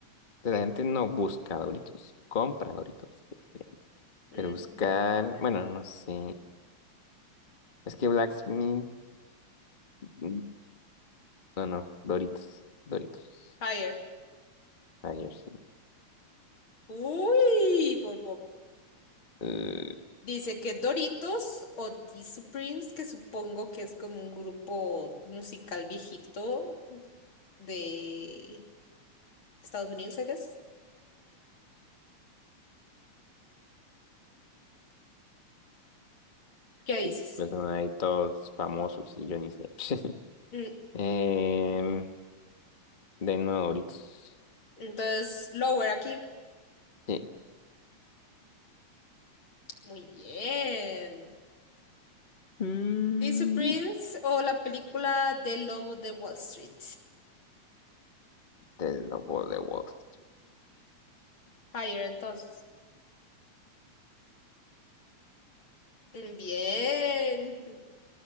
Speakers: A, on the left (about 60°); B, on the left (about 45°).
A: La gente no busca Doritos, compra Doritos.
B: Mm,
A: Pero buscar,
B: bien.
A: bueno, no sé. Es que Blacksmith, mm, no, no, Doritos, Doritos.
B: higher.
A: Ayer sí.
B: Uy, por poco.
A: Eh,
B: Dice que Doritos o the supremes que supongo que es como un grupo musical viejito de Estados Unidos, I guess. ¿Qué dices?
A: sí, Pues son ahí todos famosos y yo ni sé. <laughs>
B: Mm,
A: Em, de nuevo, Doritos.
B: Entonces, Lower aquí.
A: Sí.
B: Muy bien.
A: Mm,
B: Dice Prince o la película del Lobo de Wall Street.
A: Del lobo de Wall Street.
B: Higher, entonces. Mm, Bien. <laughs>